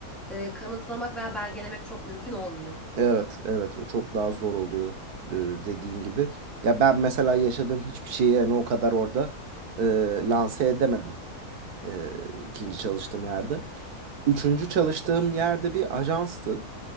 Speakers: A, in the centre; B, on the right.
A: e, kanıtlamak veya belgelemek çok mümkün olmuyor.
B: evet, evet. O çok daha zor oluyor e, dediğin gibi. Ya ben mesela yaşadığım hiçbir şeyi yani o kadar orada e, lanse edemedim e, ikinci çalıştığım yerde. Üçüncü çalıştığım yerde bir ajanstı,